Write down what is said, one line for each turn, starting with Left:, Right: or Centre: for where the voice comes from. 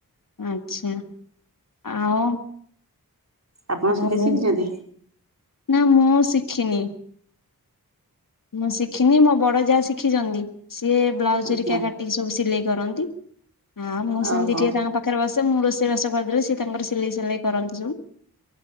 Left: ଆଚ୍ଛା ଆଉ।
Right: ଆପଣ
Left: ଓ
Right: ସିଲେଇ ଶିଖିଛନ୍ତି?
Left: ନା ମୁଁ ଶିଖିନି। ମୁଁ ଶିଖିନି ମୋ ବଡ ଯାହା ଶିଖିଛନ୍ତି ସିଏ ବ୍ଲାଉଜ
Right: ଆଜ୍ଞା
Left: ହରିକା କାଟ ଟିକେ ସବୁ ସିଲେଇ କରନ୍ତି ଆଉ ମୁଁ ସେମିତି
Right: ଓହୋ
Left: ଟିକେ ତାଙ୍କ ପାଖ। ଖରେ ବସେ ମୁଁ ରୋଷେଇ ବାସ କରିଦଥିଲି ସେ ତାଙ୍କର ସିଲେଇ ସିଲେଇ କରନ୍ତି ସବୁ।